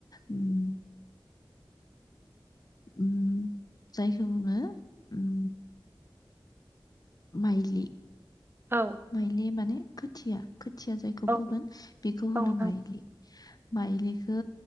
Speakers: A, on the left; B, on the right.
A: उम उम जायखौ बुङो उम माइलि‌।
B: औ
A: माइलि माने खोथिया खोथिया जायखौ
B: औ
A: फोगोन बेखौ होनो
B: औ नंगौ,
A: माइलि माइलिखो